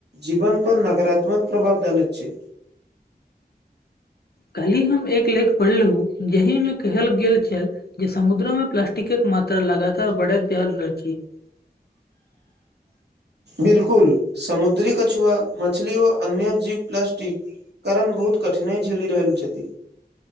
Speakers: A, on the right; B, on the left.
A: जीवन पर नकारात्मक प्रभाव डाले छै
B: कालहि हम एक लेख पढ़लहु जहिमे कहल गेल छेल जे समुद्र में प्लास्टिक एक मात्रा लगातार बड़ल जाल अछिई <unintelligible>
A: बिल्कुल समुद्री कछुआ मछली ओ अन्य जीव प्लस्टिक कारण बहुत कठिनाइ झेलि रहल छि